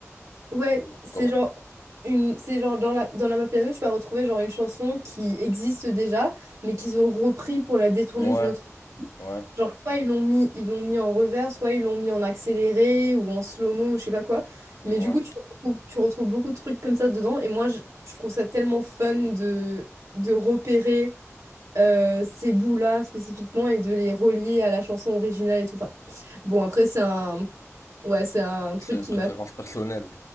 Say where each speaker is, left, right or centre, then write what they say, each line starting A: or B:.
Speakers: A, on the right (about 80°); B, on the left (about 70°).
A: Ouais,
B: Ou
A: c'est
B: comment?
A: genre... Une... C'est genre dans la... dans la Mapiano, tu vas retrouver genre une chanson qui existe déjà, mais qu'ils ont repris pour la détourner
B: Ouais,
A: d'une autre.
B: ouais,
A: Genre, soit ils l'ont mis... ils l'ont mis en revers, soit ils l'ont mis en accéléré ou en slow-mo ou je sais pas quoi.
B: ouais.
A: Mais du coup, tu retrouves, tu retrouves beaucoup de trucs comme ça dedans. Et moi, je, je trouve ça tellement fun de, de repérer euh, ces bouts-là spécifiquement et de les relier à la chanson originale et tout. Enfin, bon, après, c'est un... Ouais, c'est un
B: C'est
A: truc
B: une
A: qui
B: préférence
A: m'a... <laughs>
B: personnelle.